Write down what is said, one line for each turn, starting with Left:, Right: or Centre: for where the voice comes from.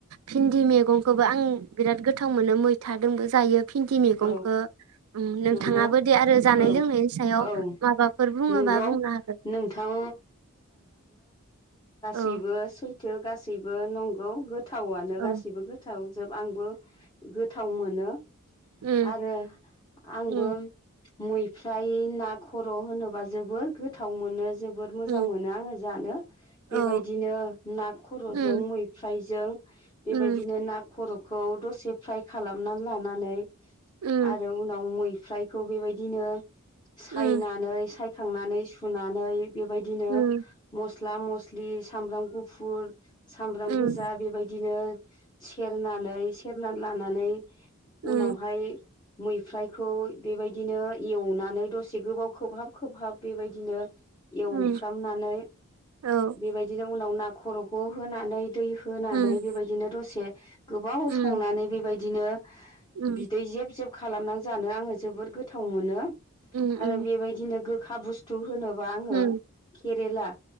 Right: भिन्दि मैगंखौबो आं बिराद गोथाव मोनो मैथाजोंबो जायो। भिन्दि मैगंखौ
Left: औ
Right: नोंथाङाबो
Left: नंगौ
Right: दे आरो जानाय
Left: औ
Right: लोंनायनि सायाव
Left: औ
Right: माबाफोर बुङोबा
Left: नंगौ
Right: बुंनो हागोन
Left: नोंथां
Right: औ।
Left: बो सैथो गासै बेबो नंगौ गो गोथावआनो
Right: औ
Left: गासिबो गोथाव। जोब आंबो गोथाव मोनो।
Right: उम
Left: आरो आंबो
Right: उम
Left: मैफ्राय ना खर' होनोबा जबोर गोथाव मोनो। जोबोद मोजां
Right: उम
Left: मोनो आङो जानो
Right: औ
Left: बेबायदिनो ना खर'जों
Right: उम
Left: मैफ्राय जों बेबायदिनो
Right: उम
Left: ना खर' खौ दसे फ्राय खालामनानै लानानै।
Right: उम
Left: आरो उनाव मै फ्रायखौ बेबायदिनो सायनानै
Right: उम
Left: साय थांनानै सुनानै। बेबायदिनो मस
Right: उम
Left: मस्ला, मस्लि, सामब्राम गुफुर। सामब्राम
Right: उम
Left: गोजा बेबायदिनो सेरनानै सेबनानै लानानै
Right: ओम।
Left: बेहाय मैफ्रायखौ बेबायदिनो एवनानै दसे गोबाव खोबहाब खोबहाब बेबायदिनो एवफ्रामनानै
Right: उम औ
Left: बेबायदिनो उनाव ना खर'खौ होनानै दै होनानै
Right: उम
Left: बेबायदिनो दसे गोबाव
Right: उम
Left: संनानै बेबायदिनो
Right: उम
Left: बिदै जेब जेब खालामना जानो आङो जोबोद गोथाव मोनो।
Right: उम उम
Left: आरो बेबायदिनो गो खा बुस्थु होनो आङो
Right: उम
Left: खेर देला